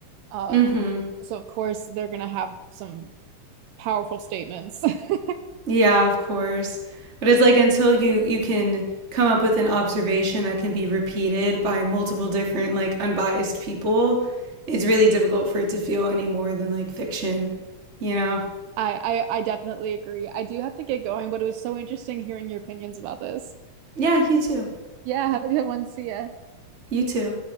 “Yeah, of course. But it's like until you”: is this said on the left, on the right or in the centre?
Right